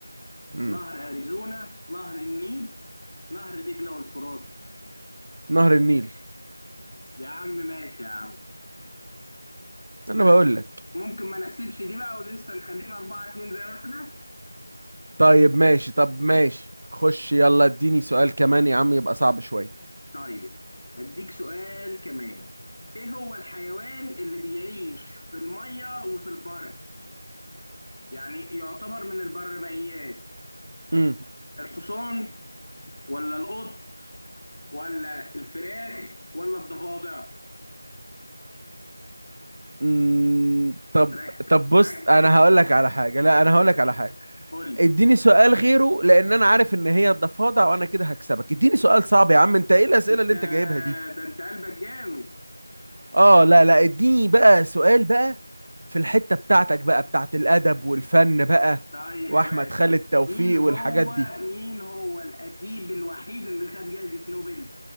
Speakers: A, on the right; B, on the left.
A: امم
B: نهر اريزونا نهر النيل نهر دجله والفرات
A: نهر النيل
B: يا عم ماشي يا عم
A: انا
B: بس
A: بقول لك
B: ممكن ما نحسبش دي بقى ولسه نخلينا 4 2 زي ما احنا
A: طيب ماشي طب ماشي خش يلا اديني سؤال كمان يا عم يبقى صعب شوية
B: طيب اديك سؤال كمان ايه هو الحيوان اللي بيعيش في المية وفي البر يعني يعتبر من البرمائيات
A: امم
B: الحصان ولا القط ولا الفراخ ولا الضفادع
A: امم طب
B: ركز
A: طب بص
B: ركز
A: انا هقول لك على حاجة لا انا هقول لك على حاجة
B: قول لي.
A: اديني سؤال غيره لان انا عارف ان هي الضفادع وانا كده هكسبك اديني سؤال صعب يا عم انت ايه الاسئله
B: انت
A: اللي انت جايبها دي
B: ده انت قلبك جامد
A: اه لا لا اديني بقى سؤال بقى في الحته بتاعتك بقى بتاعت الادب والفن بقى
B: طيب
A: واحمد
B: يا باشا
A: خالد توفيق
B: مين هو
A: والحاجات دي
B: مين هو الأديب الوحيد اللي خد جائزة نوبل